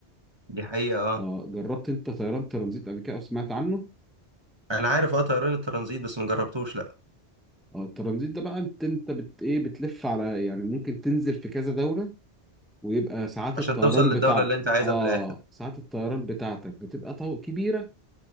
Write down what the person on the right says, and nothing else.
دي حقيقة اه
انا عارف اه طيران الترانزيت بس ما جربتوش لا
عشان
توصل للدولة
اللي انت عايزها
في الاخر